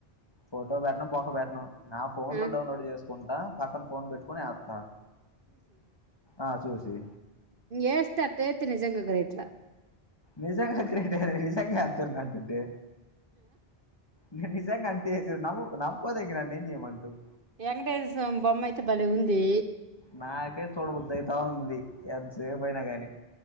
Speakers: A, on the left; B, on the right.
A: ఫోటో పెట్టన్ బొక్క పెట్టన్ నా ఫోన్
B: ఆ
A: లో డౌన్లోడ్ చేసుకుంటా పక్కన ఫోన్ పెట్టుకుని ఎత్త ఆ చూసి
B: ఎస్తే అట్లా ఎత్తే నిజంగా గ్రేట్ రా
A: నిజంగా గ్రేట్ రే నిజంగా ఎత్తున్న అంటే నీ నిజాంగా అంతే ఎస్సే నమ్ము నమ్మపోతే నన్ను ఏం చేయమంటావ్
B: వెంకటేసామి బొమ్మ అయితే బలే ఉంది
A: నాకే చూడబుద్దు అయితా ఉంది ఎంతసేపు అయినా గాని